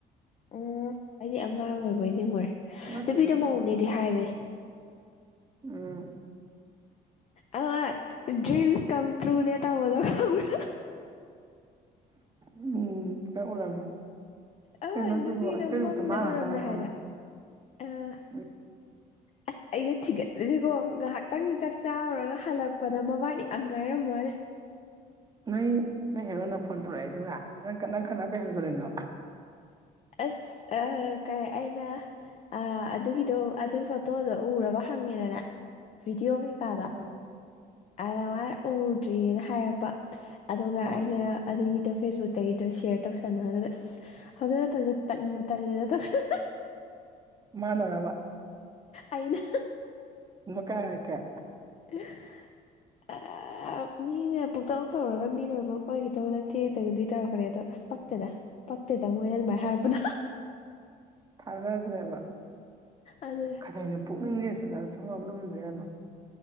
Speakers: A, on the left; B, on the right.
A: ꯎꯝ ꯑꯩꯗꯤ ꯑꯉꯥꯡ ꯑꯣꯏꯔꯕꯣꯏ ꯅꯤꯡꯉꯨꯔꯦ
B: ꯅꯠꯇꯦ
A: ꯅꯨꯄꯤꯗꯣ
B: ꯅꯠꯇꯦ
A: ꯃꯧꯅꯦꯗꯤ ꯍꯥꯏꯕꯅꯦ
B: ꯎꯝ
A: ꯑꯃꯥ ꯗ꯭ꯔꯤꯝꯁ ꯀꯝ ꯇꯔꯨꯅꯦ ꯇꯧꯕꯗꯣ ꯈꯪꯕ꯭ꯔꯥ
B: ꯎꯝ ꯅꯣꯡ ꯇꯪ ꯎꯔꯝꯃꯤ
A: ꯑꯃ
B: ꯀꯩꯅꯣ ꯑꯗꯨꯕꯣ
A: ꯅꯨꯄꯤꯗꯣ
B: ꯐꯦꯁ ꯔꯨꯛꯇ
A: ꯃꯪꯗ
B: ꯃꯥ ꯉꯥꯛꯇ
A: ꯎꯔꯝꯃꯦ
B: ꯉꯥꯏꯍꯧꯔꯦ
A: ꯍꯥꯏꯅ ꯑꯥ
B: ꯎꯝ
A: ꯑꯁ ꯑꯩꯅ ꯊꯤꯒꯠꯂꯤꯀꯣ ꯉꯥꯏꯍꯥꯛꯇꯪ ꯆꯥꯛ ꯆꯥꯔꯨꯔꯒ ꯍꯜꯂꯛꯄꯗ ꯃꯕꯥꯅꯤ ꯉꯥꯛ ꯉꯥꯏꯔꯝꯕ ꯋꯅꯦ
B: ꯅꯪ ꯅꯣꯏ ꯍꯦꯔꯣꯟꯅ ꯐꯣꯟ ꯇꯧꯔꯛꯏꯗꯨꯒ ꯅꯪ ꯈꯠꯅ ꯅꯪ ꯈꯠꯅ ꯀꯩꯒꯤ ꯍꯧꯖꯜꯂꯤꯅꯣ
A: ꯑꯁ ꯑꯥ ꯀꯩ ꯑꯩꯅ ꯑꯥ ꯑꯗꯨꯒꯤꯗꯣ ꯑꯗꯨꯏ ꯐꯣꯇꯣꯗꯣ ꯎꯔꯥꯕ ꯍꯪꯉꯦꯗꯅ ꯚꯤꯗꯤꯑꯣ ꯀꯩꯀꯥꯗꯣ
B: ꯍ <unintelligible>
A: ꯑꯗ ꯃꯥꯅ ꯎꯗ꯭ꯔꯤ ꯑꯅ ꯍꯥꯏꯔꯛꯄ ꯑꯗꯨꯒ
B: ꯑꯥ
A: ꯑꯩꯅ ꯑꯗꯨꯒꯤꯗꯣ ꯐꯦꯁꯕꯨꯛ ꯗꯒꯤꯗꯣ ꯁꯦꯌꯔ ꯇꯧꯁꯟꯕ ꯑꯗꯨꯒ ꯑꯁ ꯍꯧꯖꯤꯛ ꯃꯇꯝꯁꯦ ꯇꯟꯕꯨ ꯇꯜꯂꯦꯗ ꯇꯧꯁꯟ
B: ꯃꯥꯅꯔꯕ
A: ꯑꯩꯅ
B: ꯏ ꯀ ꯀ <unintelligible>
A: ꯑꯦ <unintelligible> ꯑꯥ ꯃꯤꯅ ꯄꯨꯛꯇꯥꯎ ꯇꯧꯔꯒ ꯃꯤ ꯂꯣꯏꯅꯃꯛ ꯑꯣꯏꯒꯗꯧ ꯅꯠꯇꯦꯠ ꯇꯧꯗꯤ ꯇꯧꯔꯛꯄꯅꯦ ꯑꯗꯣ ꯑꯁ ꯄꯛꯇꯦꯗ ꯄꯛꯇꯦꯗ ꯃꯣꯏ ꯑꯗꯨꯃꯥꯏꯅ ꯍꯥꯏꯔꯛꯄꯗꯣ
B: ꯊꯥꯖꯗ꯭ꯔꯦꯕ
A: ꯑꯗꯨꯅꯦ
B: <unintelligible> ꯄꯨꯛꯅꯤꯡꯁꯦ ꯁꯒꯥꯗ ꯊꯣꯡꯉ ꯂꯨꯝꯗ꯭ꯔꯥꯅꯣ